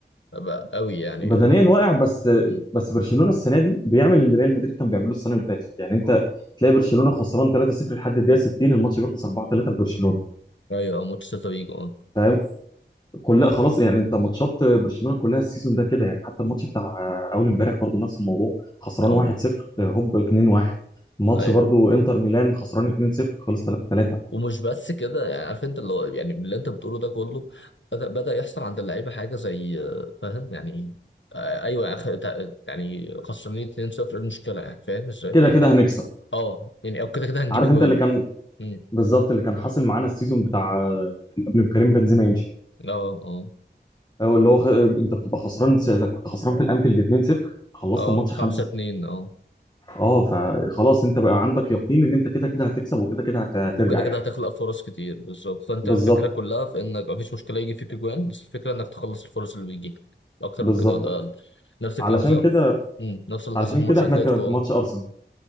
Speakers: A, on the left; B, on the left.
A: بقى قوي يعني
B: بدنيا
A: آه،
B: واقع بس
A: مم.
B: بس برشلونه السنه دي بيعمل اللي ريال مدريد كان بيعمله السنه اللي فاتت يعني انت تلاقي برشلونه خسران 3-0 لحد الدقيقه 60 الماتش بيخلص 4-3 لبرشلونه
A: ايوه ماتش سيلتا فيجو اه
B: فاهم كلها خلاص يعني انت ماتشات برشلونه كلها السيزون ده كده يعني حتى الماتش بتاع اول امبارح برضو نفس الموضوع خسران
A: اه
B: 1-0 هوب 2-1 ماتش
A: ايوه
B: برضو انتر ميلان خسران 2-0 خلص 3-3
A: ومش بس كده يعني عارف انت اللي هو يعني اللي انت بتقوله ده كله بدأ بدأ يحصل عند اللعيبه حاجه زي آه، فاهم يعني آه، ايوه يعني خ- تع- يعني خسرانين 2-0 إيه المشكله يعني فاهم ازاي؟
B: كده كده هنكسب
A: اه يعني او كده كده هنجيب
B: عارف
A: اجوان
B: انت اللي كان
A: مم.
B: بالظبط اللي كان حاصل معانا السيزون بتاع قبل ما كريم بنزيما يمشي
A: اه اه
B: او اللي هو خ... انت بتبقى خسران س- كنت خسران في الانفيلد 2-0 خلصت
A: اه
B: الماتش
A: 5-2
B: 5
A: اه
B: اه فخلاص انت بقى عندك يقين ان انت كده كده هتكسب وكده كده هت- هترجع
A: وكده كده
B: يعني
A: هتخلق فرص كتير بالظبط فانت
B: بالظبط
A: الفكره كلها في انك مفيش مشكله يجي فيك اجوان بس الفكره انك تخلص الفرص اللي بتجيلك اكتر
B: بالظبط
A: من كده ولا اقل نفس
B: علشان
A: الكلام زي
B: كده
A: مم، نفس اللي
B: علشان
A: حصل في ماتش
B: كده احنا
A: اتلتيكو
B: كان في
A: اه
B: ماتش ارسنال